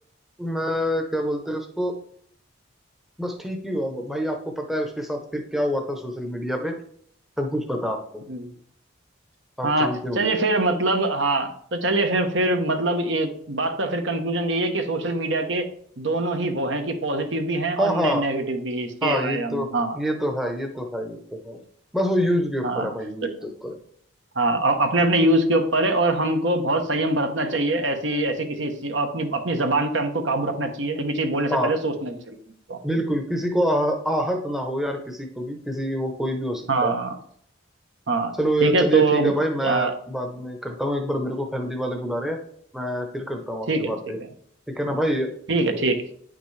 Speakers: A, in the centre; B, on the right.
A: मैं क्या बोलते हैं उसको बस ठीक ही हुआ भाई आपको पता है उसके साथ फिर क्या हुआ था सोशल मीडिया पे सब कुछ पता है आपको
B: हम्म।
A: आप
B: हाँ
A: जानते होंगे
B: चलिए फिर मतलब हाँ तो चलिए फिर फिर मतलब एक बात का फिर कंक्लूजन यही है कि सोशल मीडिया के दोनों ही वो हैं कि पॉजिटिव भी हैं और
A: हाँ
B: ने,
A: हाँ
B: नेगेटिव भी इसके
A: हाँ ये
B: आयाम
A: तो
B: में हाँ
A: ये तो है ये तो है ये तो है बस वो यूज के ऊपर
B: हाँ
A: है भाई यूज
B: तो
A: के ऊपर है
B: हाँ अपने अपने यूज के ऊपर है और हमको बहुत संयम बरतना चाहिए ऐसी ऐसी किसी चीज- और अपनी अपनी जबान पे हमको काबू रखना चाहिए ये भी चीज बोलने से
A: हाँ,
B: पहले सोचना भी चाहिए हमको।
A: बिल्कुल किसी को आह, आहत ना हो यार किसी को भी किसी वो कोई भी हो सकता
B: हाँ
A: है
B: हाँ
A: चलो ये-
B: ठीक है
A: चलिए
B: तो
A: ठीक है भाई मैं
B: आ,
A: बाद में करता हूँ एक बार मेरे को फैमिली वाले बुला रहे हैं मैं फिर करता हूँ आपसे
B: ठीक
A: बातें
B: है ठीक
A: ठीक
B: है
A: है ना भाई
B: ठीक है ठीक है